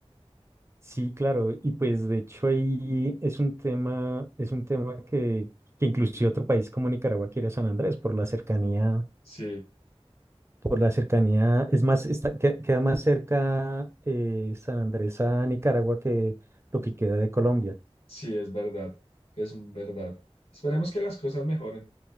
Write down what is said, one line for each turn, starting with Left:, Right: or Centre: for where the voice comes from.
Right: Sí, claro, y pues de hecho ahí es un tema, es un tema que, que inclusive otro país como Nicaragua quiere a San Andrés por la cercanía,
Left: Sí,
Right: por la cercanía, es más, está, que- queda más cerca eh, San Andrés a Nicaragua que lo que queda de Colombia.
Left: sí, es verdad, es verdad. Esperemos que las cosas mejoren.